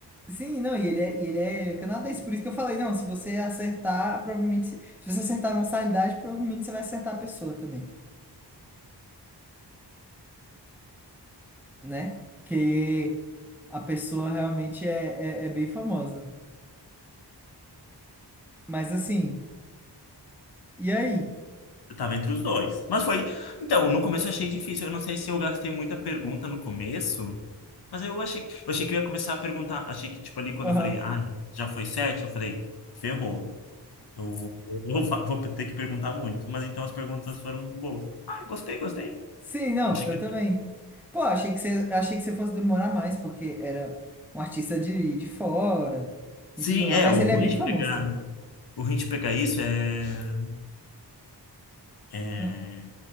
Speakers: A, in the centre; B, on the left.
A: Sim, não, e ele é, e ele é canadense. Por isso que eu falei, não, se você acertar, provavelmente. Se se você acertar a nacionalidade, provavelmente você vai acertar a pessoa também, né? Que a pessoa realmente é, é, é bem famosa. Mas assim, e aí?
B: Eu tava entre os dois. Mas foi. Então, no começo eu achei difícil. Eu não sei se eu gastei muita pergunta no começo, mas eu achei que, eu achei que eu ia começar a perguntar. Achei que, tipo, ali quando
A: Aham.
B: eu falei, ah, já foi sete, eu falei, ferrou. Eu vou, eu va- vou ter que perguntar muito. Mas então as perguntas foram boas. Ah, gostei, gostei.
A: Sim, não,
B: Eu achei
A: eu
B: que.
A: também. Pô, achei que você, achei que você fosse demorar mais, porque era um artista de, de fora
B: Sim,
A: e tudo mais.
B: é,
A: Mas
B: o
A: ele
B: ruim
A: é bem
B: de
A: famoso
B: pegar.
A: também.
B: O ruim de pegar isso é, é...
A: Hum,